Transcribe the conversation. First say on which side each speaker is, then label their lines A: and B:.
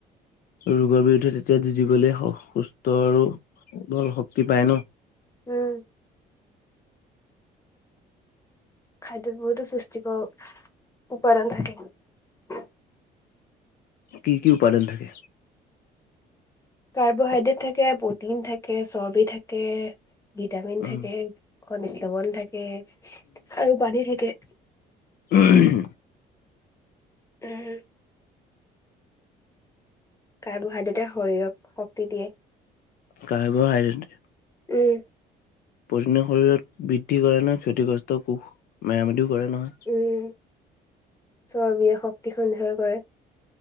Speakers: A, on the left; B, on the left.
A: ৰোগৰ বিৰুদ্ধে তেতিয়া যুঁজিবলৈ সুস্থ আৰু সবল শক্তি পায় ন'।
B: উম খাদ্যত বহুতো পুষ্টিকৰ উপাদান থাকে।
A: কি -কি উপাদান থাকে?
B: কাৰ্বহাইড্ৰেট থাকে, প্ৰটিন থাকে, চৰ্বি থাকে ভিটামিন
A: উম
B: থাকে, খনিজ লৱন থাকে আৰু পানী থাকে।
A: উ <unintelligible>
B: উ <unintelligible> কাৰ্বহাইড্ৰেটে শৰীৰক শক্তি দিয়ে।
A: কাৰ্ব- হাইড্ৰেট
B: উম
A: প্ৰটিনে শৰীৰত বৃদ্ধি কৰে নহয়, ক্ষতিগ্ৰস্ত কোষ মেৰামতিও কৰে নহয়।
B: উম। চৰ্বিয়ে শক্তি সন্ধই কৰে।